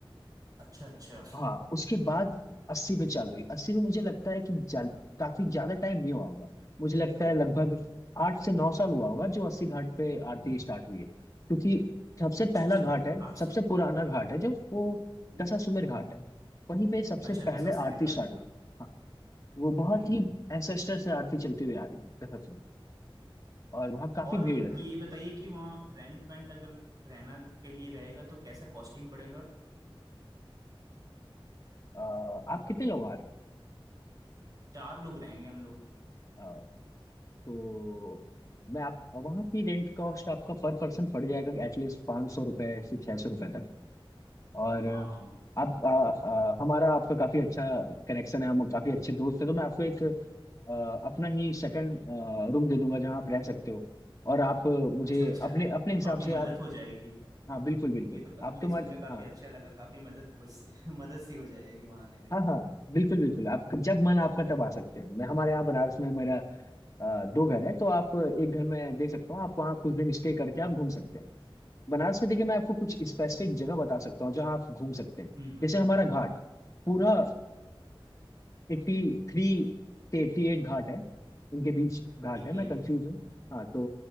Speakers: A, on the right; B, on the left.
A: अच्छा अच्छा
B: हाँ उसके बाद अस्सी पे चालू हुई अस्सी में मुझे लगता है कि जा, काफी ज्यादा टाइम नहीं हुआ होगा मुझे लगता है लगभग आठ से नौ साल हुआ होगा जो अस्सी घाट पे आरती स्टार्ट हुई है क्योंकि सबसे
A: अच्छा
B: पहला
A: अच्छा
B: घाट है
A: आज
B: सबसे पुराना घाट है जो वो दशाश्वमेध
A: हम्म
B: घाट है वहीं पे सबसे
A: अच्छा
B: पहले
A: दसा समीर
B: आरती
A: घाट
B: स्टार्ट
A: है
B: हुई हाँ वो बहुत
A: हम्म
B: ही एंसेस्टर से आरती चलती हुई आ रही है दशाश्वमेध और वहाँ काफी
A: और
B: भीड़ रहती
A: ये
B: है
A: बताइए कि वहाँ रेंट वेंट अगर रहना के लिए रहेगा तो कैसा कॉस्टिंग पड़ेगा
B: अ, आप कितने लोग आ रहे
A: चार लोग रहेंगे हम लोग
B: हो तो मैं आप वहाँ की रेंट कॉस्ट आपका पर पर्सन पड़ जाएगा एटलीस्ट पाँच सौ रुपये से छः सौ रुपये तक और
A: हाँ
B: आप आ, आ, हमारा आपका काफ़ी अच्छा कनेक्शन है हम काफ़ी अच्छे दोस्त हैं तो मैं आपको एक आ, अपना ही सेकंड रूम दे दूंगा जहाँ आप रह सकते हो और आप मुझे
A: अच्छा अच्छा
B: अपने अपने
A: तो
B: हिसाब
A: काफी मदद
B: से आप
A: हो जाएगी
B: हाँ बिल्कुल बिल्कुल
A: ये तो का-
B: आप
A: ये
B: तुम्हारे
A: सुनकर काफी
B: हाँ
A: अच्छा लगा काफी मदद हो सी, <laughs> मदद सी हो जाएगी वहाँ आने पे
B: हाँ हाँ बिल्कुल बिल्कुल आप जब मन आपका तब आ सकते हैं मैं हमारे यहाँ बनारस में मेरा अ, दो घर है तो आप एक घर में दे सकता हूँ आप वहाँ कुछ दिन स्टे करके आप घूम सकते हैं बनारस में देखिए मैं आपको कुछ स्पेसिफिक जगह बता सकता हूँ जहाँ आप घूम सकते हैं
A: हम्म हम्म
B: जैसे हमारा घाट पूरा एट्टी थ्री से एट्टी एट घाट है इनके बीच घाट
A: एटी
B: है मैं कंफ्यूज
A: एट
B: हूँ हाँ तो